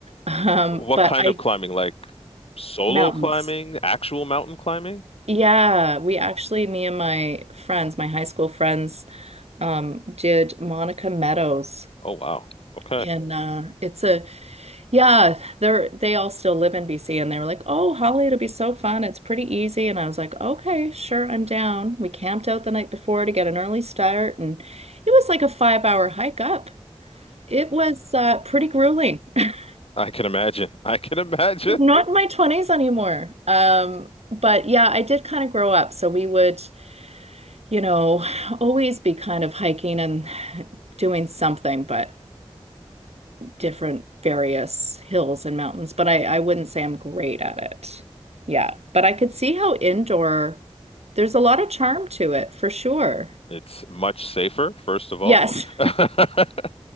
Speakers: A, on the right; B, on the left.
A: um,
B: What
A: but
B: kind
A: I
B: of climbing? Like solo
A: mountains.
B: climbing, actual mountain climbing?
A: Yeah, we actually, me and my friends, my high school friends, um, did Monica Meadows.
B: Oh wow. Okay.
A: And uh, it's a yeah, they're they all still live in BC, and they were like, "Oh, Holly, it'll be so fun. It's pretty easy." And I was like, "Okay, sure, I'm down." We camped out the night before to get an early start, and it was like a five hour hike up. It was uh, pretty grueling. <laughs>
B: I can imagine. I can imagine.
A: Not in my 20s anymore. Um, but yeah, I did kind of grow up. So we would, you know, <sighs> always be kind of hiking and <sighs> doing something, but different various hills and mountains. But I, I wouldn't say I'm great at it. Yeah. But I could see how indoor, there's a lot of charm to it for sure.
B: It's much safer, first of all.
A: Yes.
B: <laughs>